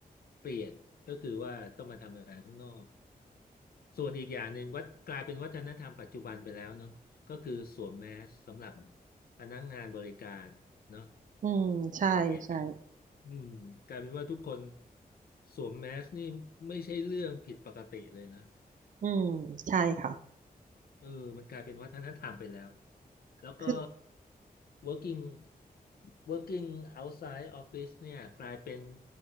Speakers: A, on the left; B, on the right.
A: เปลี่ยนก็คือว่าต้องมาทำงานข้างนอกส่วนอีกอย่างหนึ่งวัดกลายเป็นวัฒนธรรมปัจจุบันไปแล้วเนาะก็คือสวมแมสสำหรับพนักงานบริการเนาะ
B: อืมใช่ใช่
A: สังเกตไหมอืมกลายเป็นว่าทุกคนสวมแมสนี่ไม่ใช่เรื่องผิดปกติเลยนะ
B: อืมใช่ค่ะ
A: เออมันกลายเป็นวัฒนธรรมไปแล้ว แล้วก็
B: คือ
A: working working outside office เนี่ยกลายเป็น